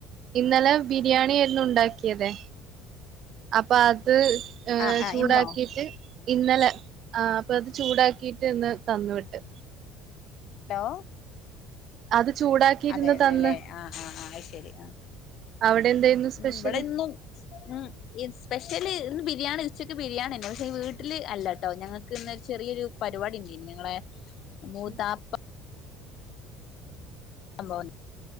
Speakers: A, on the right; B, on the left.
A: ഇന്നലെ ബിരിയാണി ആയിരുന്നു ഉണ്ടാക്കിയതേ അപ്പ അത് ഏ
B: ആ ആ
A: ചൂടാക്കിട്ട്
B: ഇന്നോ
A: ഇന്നലെ ആഹ് അപ്പത് ചൂടാക്കിയിട്ട് ഇന്ന് തന്ന് വിട്ട്
B: ഹലോ
A: അത് ചൂടാക്കിയിരുന്ന്
B: അതെല്ലോ
A: തന്ന്
B: ല്ലേ ആഹ് ആഹ് ആഹ് അയിശരി ആ
A: അവിടെ എന്തായിരുന്നു സ്പെഷ്യല്
B: ഇവിടെ ഇന്നും ഉം ഈ സ്പെഷ്യല് ഇന്ന് ബിരിയാണി ഉച്ചക്ക് ബിരിയാണിണ്ട് പക്ഷെ വീട്ടിൽ അല്ലട്ടോ ഞങ്ങക്ക് ഇന്നൊരു ചെറിയൊരു പരിപാടില്ലേന് ങ്ങളെ മൂത്താപ്പ
A: ഉം.
B: അമ്പോൻ